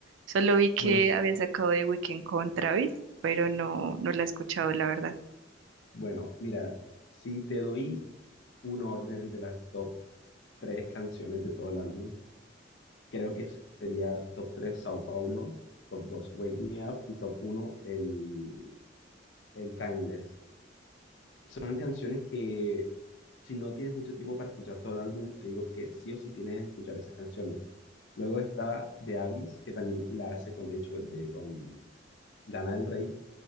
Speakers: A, on the right; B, on the left.
A: Solo vi que
B: Bueno, s-
A: había sacado The Weeknd con Travis, pero no, no la he escuchado, la verdad.
B: bueno, mira, si te doy un orden de las top tres canciones de todo el álbum, Creo que sería top 3 Sao Paulo, top 2 Wake Me Up y top uno el, el Timeless. Son canciones que si no tienes mucho tiempo para escuchar todo el álbum, te digo que sí o sí tienes que escuchar esas canciones. Luego está The Abyss, que también la hace con, de hecho, con de- con Lana del Rey.